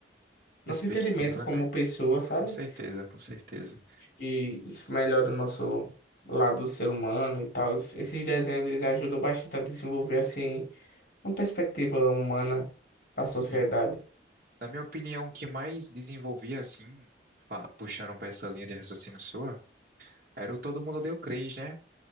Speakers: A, on the right (about 50°); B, on the left (about 50°).
A: Perspectiva,
B: nosso entendimento como
A: né?
B: pessoa, sabe?
A: Com certeza, com certeza.
B: E isso melhora o nosso lado ser humano e tal. Esses desenhos eles ajudam bastante a desenvolver assim uma perspectiva humana da sociedade
A: Sim. Na minha opinião, o que mais desenvolvia, assim, pa- puxando pra essa linha de raciocínio sua, era o Todo Mundo Odeia o Chris, né?